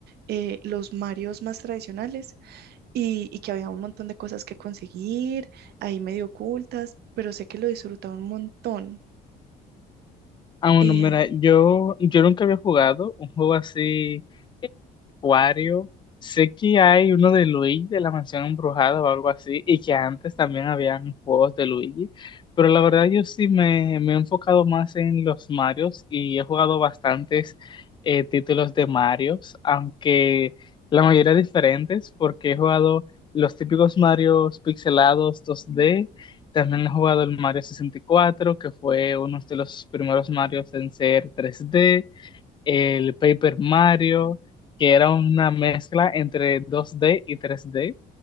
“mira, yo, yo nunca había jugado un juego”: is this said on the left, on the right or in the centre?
Left